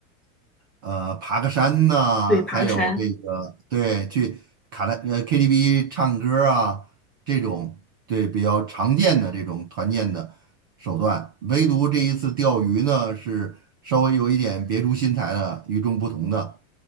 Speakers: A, on the right; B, in the centre.
A: 呃，爬个山呐、
B: 对，爬个山。
A: 还有这个对，去卡拉呃 KTV 唱歌啊，这种对比较常见的这种团建的手段。唯独这一次钓鱼呢，是稍微有一点别出心裁的，与众不同的，